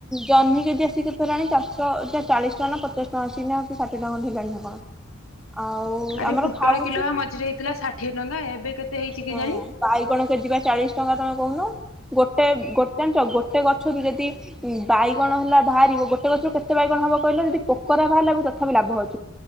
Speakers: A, in the centre; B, on the left.
A: ଜହ୍ମି କେ ଚାଷ କେତେ ହେଲାଣି ଚାଷଷ ଚାଳିଶ ଟଙ୍କା ନା ପଚାଶ ଟଙ୍କା ଅି ନା କି ଷାଠିଏଙ୍କ ଖଣ୍ଡ ହେଗାଣି ନା ଆ କଣ? ଆଉ
B: ଆରେ
A: ଆମର
B: ପୋଟଳ
A: ଖାଉଛୁ
B: କିଲୋ ବା ମଝିରେ ହେଇଥିଲା ଷାଠିଏ ଟଙ୍କା ଏବେ କେତେ? ହେଇଛି କେଜାଣି
A: ହଁ ବାଇଗଣ କେଜି ବା ଚାଳିଶ ଟଙ୍କା ତମେ କହୁନୁ ଗୋଟେ ଗୋଟେ ଜଣିଛ ଗୋଟେ ଗଛରୁ ଯଦି ବାଇଗଣ ହେଲା ବାହାରିବ ଗୋଟ ଗଛରୁ କେତେ ବାଇଗଣ ହବ କହିଲା ଯଦି ପୋକରା ବାହାରିଲା ବି ତଥାପି ଲାଭ ହଉଛି।